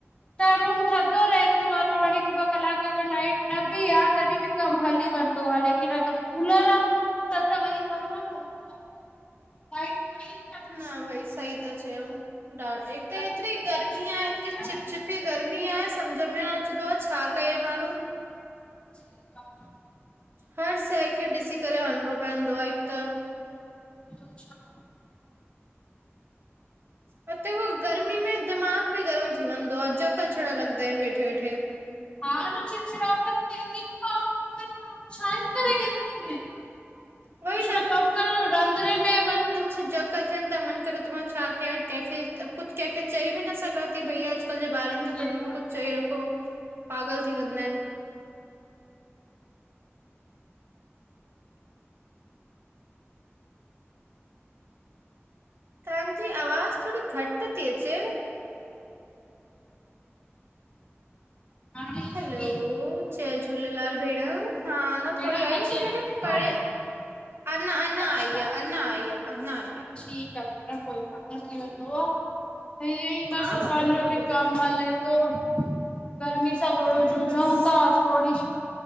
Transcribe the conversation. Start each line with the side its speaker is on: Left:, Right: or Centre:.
Left: त रूम थधो रहंदो आहे थोरो हिकु ॿ कलाक जो लाइट न बि आहे तॾहिं बि कम हली वेंदो आहे लेकिन अगर कूलर आहे त त वरी कम न कंदो आ। लाइट वई त बसि
Right: न भई सही ता चयो डाट त हिते
Left: गर्मी
Right: हेतिरी
Left: बर्दाश्त
Right: गर्मी
Left: न थींदी
Right: आहे हेतरी छीत छिपी गर्मी आहे सम्झ में न अचंदो आहे छा कए माण्हू --
Left: सही गाल्ह आ --
Right: हर शइ खे ॾिसी करे हलणो पवंदो आहे हिकु त
Left: ॿियो छा
Right: मतलब उह गर्मी में दिमाग़ बि गरम थी वेंदो आहे जझक अचणु लॻंदा आहिन वेठे वेठे।
Left: हा न चिड़चिड़ापन थे ती न माण्हुन खें वरी माण्हु छा ही करे गरमी में
Right: उहोई
Left: कुझु न कम करण रंधिणे में वञ
Right: जझक अचनि था मन करे त मां छा कयां कंहिंखे कुझु कंहिंखे चई बि न सघां थी भई अॼ अॼुकल्ह जे ॿारनि खे
Left: सही
Right: त हूअं
Left: ॻाल्हि
Right: बि
Left: आहे
Right: कुझु चई रखो पागल थी वेंदा आहिनि तव्हांजी आवाज़ थोरी घटि थी अचे
Left: हाणे अचे
Right: हलो
Left: थी
Right: जय झूलेलाल भेण हा न
Left: भेण
Right: थोरी आई
Left: अचेव
Right: लेकिन
Left: थी
Right: ॾ पे
Left: हाणे
Right: <unintelligible> अञन अञ आई
Left: अच्छा
Right: अञ आई अञन आई।
Left: ठीकु आ भेण कोई क न थी वेंदो। ईअ ई बस
Right: हा
Left: असांजो
Right: हा बिल्कुलु
Left: बि
Right: बिल्कुलु
Left: कम हले थो गर्मी थोरो
Right: हम्म
Left: जूझ उजऊ
Right: बस
Left: था थोरी